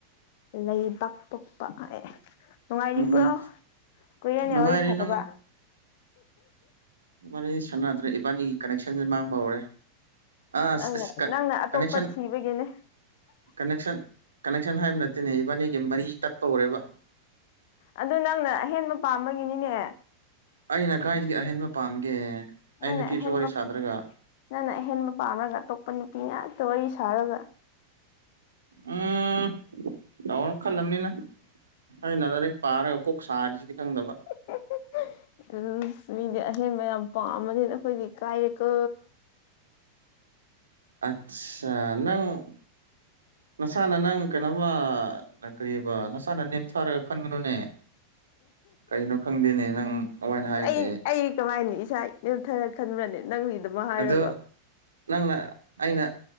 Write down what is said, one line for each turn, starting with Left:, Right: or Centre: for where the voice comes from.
Left: ꯂꯩꯕꯥꯛ ꯄꯣꯛꯄ ꯑꯦ ꯅꯨꯡꯉꯥꯏꯔꯤꯕ꯭ꯔꯣ
Right: ꯎꯝ
Left: ꯀꯨꯏꯔꯦꯅꯦ
Right: ꯅꯨꯡꯉꯥꯏꯔꯤ
Left: ꯋꯥꯔꯤ ꯁꯥꯗꯕ
Right: ꯋꯥꯔꯤ ꯁꯥꯟꯅꯗ꯭ꯔꯦ ꯏꯕꯥꯅꯤꯒꯤ ꯀꯅꯦꯛꯁꯟꯁꯦ ꯃꯥꯡꯕ ꯍꯧꯔꯦ ꯑꯁ
Left: ꯅꯪꯅ
Right: ꯑꯁ
Left: ꯅꯪꯅ ꯑꯇꯣꯞꯄ
Right: ꯀꯅꯦꯛꯁꯟ
Left: ꯊꯤꯕꯒꯤꯅꯦ
Right: ꯀꯅꯦꯛꯁꯟ ꯀꯅꯦꯛꯁꯟ ꯍꯥꯏꯕ ꯅꯠꯇꯦꯅꯦ ꯏꯕꯥꯅꯤꯒꯤ ꯃꯔꯤ ꯇꯠꯄ ꯍꯧꯔꯦꯕ
Left: ꯑꯗꯨ ꯅꯪꯅ ꯑꯍꯦꯟꯕ ꯄꯥꯝꯕꯒꯤꯅꯤꯅꯦ
Right: ꯑꯩꯅ ꯀꯥꯏꯗꯒꯤ ꯑꯍꯦꯟꯕ ꯄꯥꯝꯒꯦ
Left: ꯅꯪꯅ
Right: ꯑꯩ ꯅꯨꯄꯤꯁꯨ
Left: ꯑꯍꯦꯟꯕ
Right: ꯋꯥꯔꯤ ꯁꯥꯗ꯭ꯔꯒ
Left: ꯅꯪꯅ ꯑꯍꯦꯟꯕ ꯄꯥꯝꯔꯒ ꯑꯇꯣꯞꯄ ꯅꯨꯄꯤ ꯉꯥꯛꯇ ꯋꯥꯔꯤ ꯁꯥꯔꯒ
Right: ꯎꯝ <unintelligible> ꯈꯜꯂꯝꯕꯅꯤꯅ ꯑꯩꯅ ꯂꯥꯏꯔꯤꯛ ꯄꯥꯔꯒ ꯀꯣꯛ ꯁꯥꯔꯤꯁꯤꯗꯤ ꯈꯪꯗꯕ
Left: <unintelligible> ꯎꯝ ꯃꯤꯗꯤ ꯑꯍꯦꯟꯕ ꯌꯥꯝ ꯄꯥꯝꯝꯕꯅꯤ ꯑꯩꯈꯣꯏꯗꯤ ꯏꯀꯥꯏꯌꯦꯀꯣ
Right: ꯑꯠꯆꯥꯥ ꯅꯪ ꯅꯁꯥꯅ ꯅꯪ ꯀꯩꯅꯣꯝ ꯃ ꯀꯔꯤꯕ ꯅꯁꯥꯅ ꯅꯦꯝꯊꯥꯔꯒ ꯈꯟꯒꯅꯨꯅꯦ꯫ ꯀꯩꯅꯣ ꯈꯪꯗꯦꯅꯦ ꯅꯪ ꯑꯗꯨꯃꯥꯏꯅ ꯍꯥꯏꯗꯦ
Left: ꯑꯩ ꯑꯩ ꯀꯃꯥꯏꯅꯤ ꯏꯁꯥ ꯅꯦꯝꯊꯔ ꯈꯟꯕ꯭ꯔꯅꯦ ꯅꯪꯒꯤ ꯗꯥꯃꯛ ꯍꯥꯏꯔꯒ꯫
Right: ꯑꯗꯣ ꯅꯪꯅ ꯑꯩꯅ